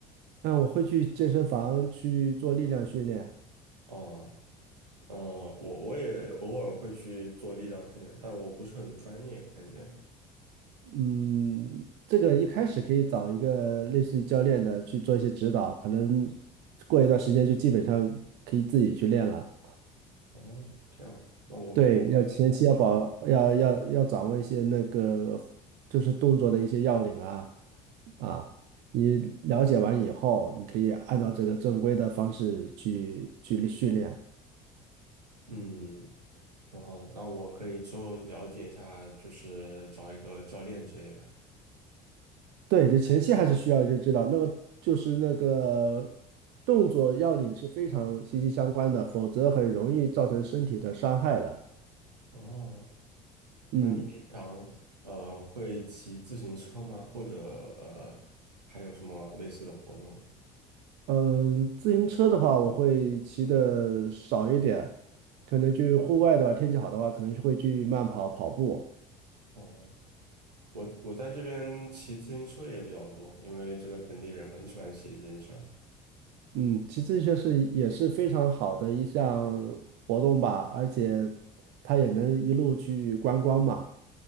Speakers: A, on the right; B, on the right.
A: 那我会去健身房去做力量训练，
B: 哦，呃，我我也偶尔会去做力量训练，但我不是很专业，感觉。
A: 嗯，这个一开始可以找一个类似于教练的去做一些指导，可能过一段时间就基本上可以自己去练了。
B: 哦，这样，那我可以考虑一下。
A: 对，要前期要保，要要要掌握一些那个，就是动作的一些要领啊啊，你了解完以后，你可以按照这个正规的方式去去训练。
B: 嗯，挺好的。那我可以之后了解一下，就是找一个教练之类的。
A: 对，就前期还是需要就知道那个就是那个动作要领是非常息息相关的，否则很容易造成身体的伤害的。
B: 哦，
A: 嗯。
B: 那你平常呃会骑自行车吗？或者呃还有什么类似的活动？
A: 嗯，自行车的话，我会骑的少一点，可能去户外的话，天气好的话，可能就会去慢跑、跑步。
B: 哦，我我在这边骑自行车也比较多，因为这边本地人很喜欢骑自行车。
A: 嗯，骑自行车是也是非常好的一项活动吧，而且它也能一路去观光嘛。